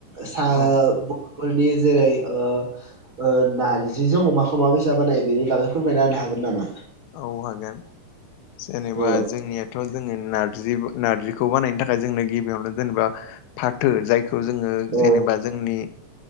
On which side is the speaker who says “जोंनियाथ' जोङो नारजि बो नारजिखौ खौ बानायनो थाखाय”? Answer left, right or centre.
Left